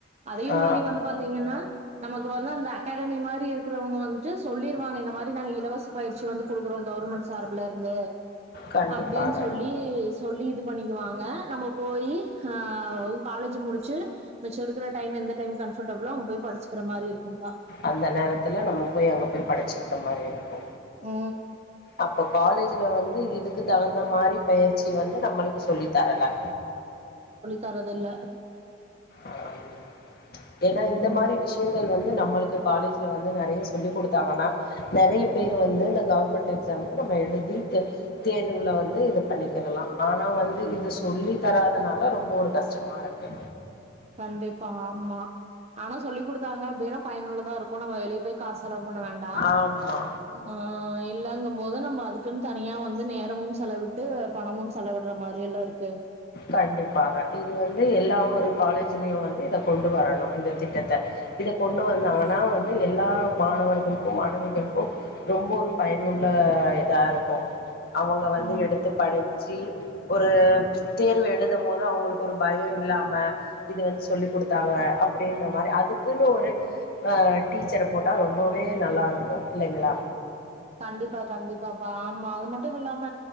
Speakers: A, on the right; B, on the left.
A: அதையு
B: ஆ
A: மீறி வந்து பாத்தீங்கன்னா நமக்கு வந்து அந்த அகாடமி மாரி இருக்கிறவங்க வந்துட்டு சொல்லிருவாங்க இந்த மாரி நாங்க இலவச பயிற்சி வந்து குடுக்குறோ <unintelligible> சார்புல இருந்து
B: கண்டிப்பாக
A: அப்படின் சொல்லி சொல்லி இது பண்ணிக்குவாங்க நம்ம போய் ஆ காலேஜ் முடிச்சு மிச்சருக்க டைம் எந்த டைம் கம்ஃபர்டபிளோ அங்க போய் படிச்சுக்கிற மாரி இருக்கு
B: அந்த நேரத்துல நம்ம போய் அங்க போய் படைச்சு அந்த மாரி இருக்கு
A: ஓ
B: அப்போ காலேஜ்ல வந் இதுக்கு தகுந்த மாரி பயிற்சி வந்து நம்மளுக்கு சொல்லி தரல
A: தரதுல்ல
B: ஆஹ்ம் ஏன்னா இந்த
A: ம்
B: மாரி விஷயங்கள் வந்து நம்மளுக்கு காலேஜ்ல வந்து நெறைய சொல்லி் கொடுத்தாங்கன்னா நெறைய பேர் வந்து இந்த கவர்மெண்ட் எக்ஸாமுக்கு நம்ம எழுதிதே தேர்வுல வந்து இது பண்ணிக்கிறலா ஆனா வந்து இது சொல்லி தராதனால ரொம்ப ஒரு கஷ்டமா இருக்கு
A: கண்டிப்பா ஆமா ஆனா சொல்லி்குடுத்தாங்க அப்படின்னா பயனுள்ளதா இருக்கு நம்ம வெளியே போய் காசு செலவு பண்ண வேண்டா
B: ஆமா
A: ஆஹ் எ இல்லங்கு போது நம்ம அதுக்குன்னு தனியா வந்து நேரமு செலவிட்டு பணமும் செலவிடுற மாரி வேலருக்கு
B: கண்டிப்பாக இது வந்து எல்லா ஒரு காலேஜ் திலியு வந்து இத கொண்டு வரணு இந்த திட்டத்த இத கொண்டு வந்தாங்கன்னா வந்து எல்லா மாணவர்களுக்கு மாணவிகளுக்கு ரொம்ப ஒரு பயனுள்ள இதா இருக்கு அவங்க வந்து
A: ம்
B: எடுத்து படுச்சு ஒரு தேர்வு எழுதும் போது அவங்களுக்கு ஒரு பயம் இல்லாம இது வந்து சொல்லி் கொடுத்தாங்க அப்படின்ற மாரி அதுக்குன்னு ஒரு ஆஹ் டீச்சர போட்டா ரொம்பவே நல்லா இருக்கும் இல்லைங்களா
A: கண்டிப்பா கண்டிப்பாப்பா ஆமா அது மட்டும் இல்லாம